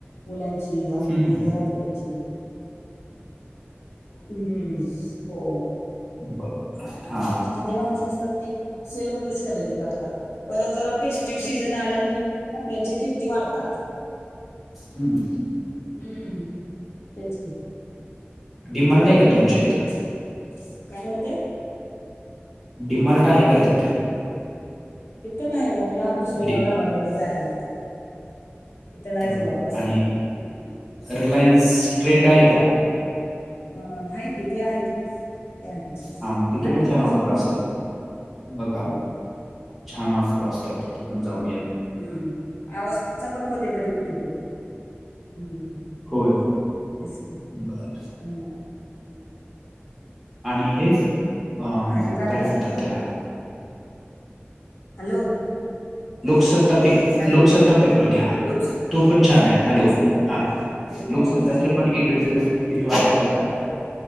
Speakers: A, on the left; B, in the centre.
A: मुलांची आपली
B: हम्म
A: घरातल्यांची हम् हो.
B: ब हा.
A: शणी माणसं असतात ती सेलमध्येच खरेदी करतात. परत जरा फेस्टिव सीझन आला की कपड्यांच्या किमती वाढतात
B: हम्म
A: हम्म तेच की
B: डिमर््ट आहे
A: त्यामुळे
B: का तुमच्या इथं
A: काय मते
B: डीिमारटा हीगातिते
A: इ तर नाही हो लांब दुसरे
B: डि
A: गावाने का जायला लागते इथं नाही
B: होय
A: जवळपास
B: आणि
A: काय ह
B: रिलायन्स ट्रेंड आहे का
A: अ आहे कि ते आहे ते आहे
B: हां तिथं
A: आहेत
B: पण
A: बरी
B: छान ऑफर
A: दुकान
B: असतात बघा
A: हा
B: छान ऑफर असतात तिथं पण जाऊन या
A: हम्म आवास्चा पण मध्ये मध्ये कुठवतोय हम्म
B: होय
A: तेच की.
B: बर
A: हम्म.
B: आणि हे अ
A: आ पाठी
B: म्हणतात
A: काय
B: त्याला
A: हॅलो
B: लोकसत्ता पे
A: हॅलो
B: लोकसत्ता पेपर घ्या
A: लोकसत्ता
B: तो पण छान आहे हॅलो
A: लोकसत्ता
B: हा
A: पेपर
B: लोकसत्ताचे
A: हा हो
B: पण
A: हो
B: एडिटड पेज वाचायचा